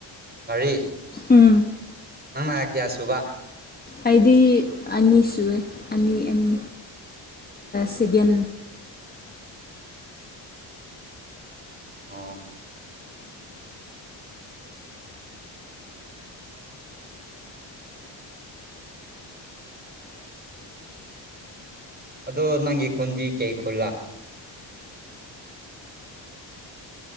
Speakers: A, on the right; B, on the left.
A: ꯋꯥꯔꯤ
B: ꯎꯝ
A: ꯅꯪ ꯀꯌꯥ ꯁꯨꯕ
B: ꯑꯩꯗꯤ ꯑꯅꯤ ꯁꯑꯦ ꯑꯅꯤ ꯑꯅꯤ ꯁꯤꯒꯦꯟ
A: ꯑꯥ ꯑꯗꯣ ꯅꯪꯒꯤ ꯈꯨꯣꯟꯗꯤ ꯀꯩ ꯈꯨꯜꯂꯥ